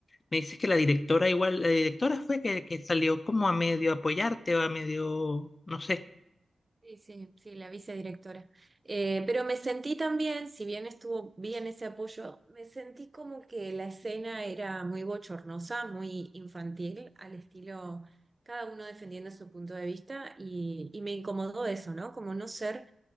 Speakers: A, on the left (about 30°); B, on the right (about 20°).
A: Me dices que la directora igual, la directora fue que, que salió como a medio apoyarte o a medio, no sé.
B: Sí, sí, sí, la vicedirectora. Eh, pero me sentí también, si bien estuvo bien ese apoyo, me sentí como que la escena era muy bochornosa, muy infantil, al estilo cada uno defendiendo su punto de vista y, y me incomodó eso, ¿no? Como no ser